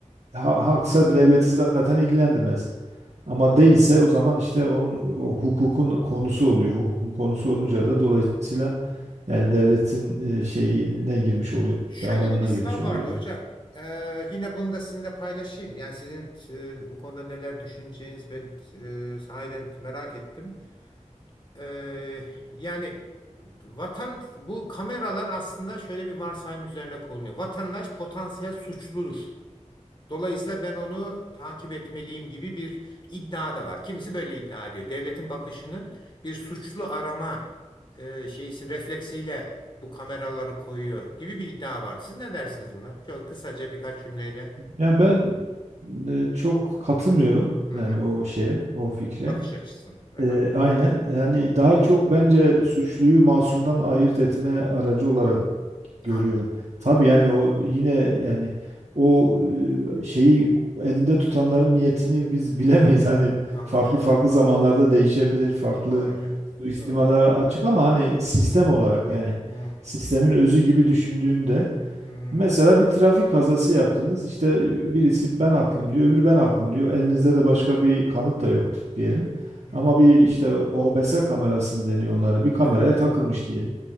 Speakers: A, on the right; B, on the left.
A: ha- haksa devleti zaten ilgilendirmez. Ama
B: doğru.
A: değilse o zaman işte onun o hukukun konusu oluyor. Hukukun konusu olunca da dolayısıyla yani devletin e, şeyine girmiş oluyor,
B: Şöyle
A: alanına
B: de bir sav
A: girmiş oluyor
B: vardı
A: gibi.
B: hocam. Ee, yine bunu da sizinle paylaşayım. Yani sizin e, bu konuda neler düşüneceğiniz ben e, sahiden merak ettim. Eee, yani vatan bu kameralar aslında şöyle bir varsayım üzerine konuluyor. Vatandaş potansiyel suçludur. Dolayısıyla ben onu takip etmeliyim gibi bir iddia da var. Kimisi böyle iddia ediyor. Devletin bakışının bir suçlu arama eee şeysi refleksiyle bu kameraları koyuyor gibi bir iddia var. Siz ne dersiniz buna? Çok kısaca birkaç cümleyle.
A: Ya ben e, çok katılmıyorum
B: Hı hı.
A: yani o şeye, o fikre.
B: Bakış açısı. Hı
A: E,
B: hı.
A: aynen yani daha çok bence suçluyu masumdan ayırt etme aracı olarak
B: Hmm.
A: görüyorum.
B: Anladım.
A: Tabii yani o yine yani o e, şeyi elinde tutanların niyetini biz <laughs> bilemeyiz. Hani
B: Anladım.
A: farklı farklı zamanlarda değişebilir, farklı
B: Doğru hocam.
A: suistimalara
B: Doğru.
A: açık ama hani sistem olarak yani
B: Hmm.
A: sistemin özü gibi düşündüğümde
B: Hmm.
A: mesela bir trafik kazası yaptınız. İşte birisi ben haklıyım diyor, öbürü ben haklıyım diyor. Elinizde
B: Doğru.
A: de başka bir kanıt da yok diyelim.
B: Hı hı.
A: Ama bir işte OBS kamerası mı deniyor onlara? Bir kameraya
B: Aha, evet.
A: takılmış diyelim.